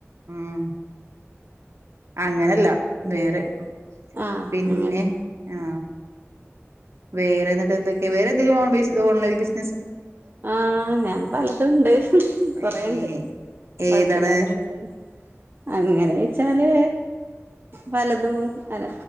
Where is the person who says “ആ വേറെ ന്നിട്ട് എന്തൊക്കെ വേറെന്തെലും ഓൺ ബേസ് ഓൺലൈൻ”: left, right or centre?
Right